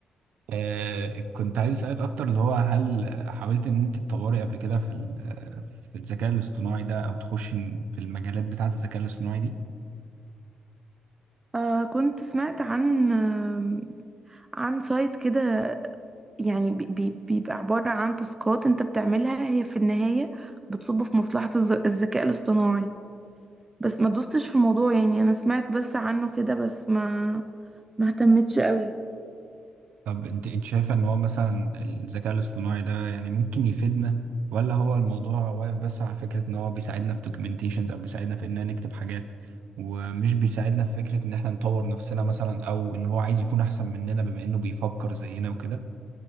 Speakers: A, on the right (about 80°); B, on the right (about 15°).
A: آه، كنت عايز أسألك أكتر اللي هو هل آه، حاولت إن أنت تطوري قبل كده في ال- آه، في الذكاء الاصطناعي ده أو تخش في المجالات بتاعة الذكاء الاصطناعي دي؟
B: آه كنت سمعت عن آه عن سايت كده يعني بي بي- بيبقى عبارة عن تاسكات انت بتعملها هي في النهاية بتصب في مصلحة الذ- الذكاء الاصطناعي بس ما دوستش في الموضوع يعني أنا سمعت بس عنه كده بس ما ما اهتمتش قوي
A: طب أنت أنت شايفة إن هو مثلا الذكاء الاصطناعي ده يعني ممكن يفيدنا ولا هو الموضوع واقف بس على فكرة إن هو بيساعدنا في دوكيومنتيشنز أو بيساعدنا في إننا نكتب حاجات ومش بيساعدنا في فكرة إن إحنا نطور نفسنا مثلا أو إن هو عايز يكون أحسن مننا بما إنه بيفكر زينا وكده